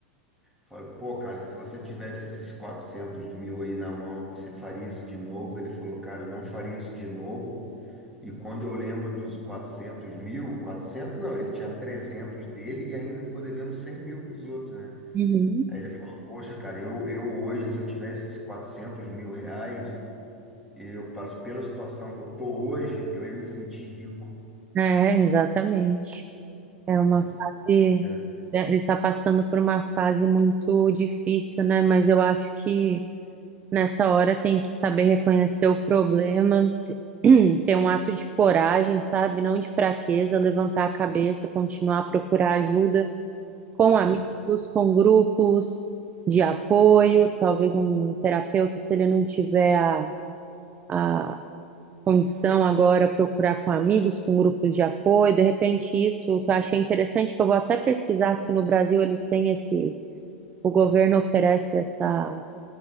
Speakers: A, in the centre; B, on the right.
A: Falei, pô, cara, se você tivesse esses 400 mil aí na mão, você faria isso de novo? Ele falou, cara, eu não faria isso de novo. E quando eu lembro dos 400 mil, 400 não, ele tinha 300 dele e ainda ficou devendo 100 mil para os outros, né?
B: Uhum.
A: Aí ele falou, poxa, cara, eu, eu hoje, se eu tivesse esses 400 mil reais, eu passo pela situação que eu tô hoje, eu ia me sentir rico.
B: É, exatamente. É uma
A: Pra você,
B: fase.
A: né?
B: né, Ele está passando por uma fase muito difícil, né? Mas eu acho que nessa hora tem que saber reconhecer o problema, <clears throat> ter um ato de coragem, sabe? Não de fraqueza, levantar a cabeça, continuar a procurar ajuda com
A: É.
B: amigos, com grupos de apoio, talvez um terapeuta, se ele não tiver a, a condição agora procurar com amigos, com grupos de apoio. De repente, isso que eu achei interessante, que eu vou até pesquisar se no Brasil eles têm esse, o governo oferece essa.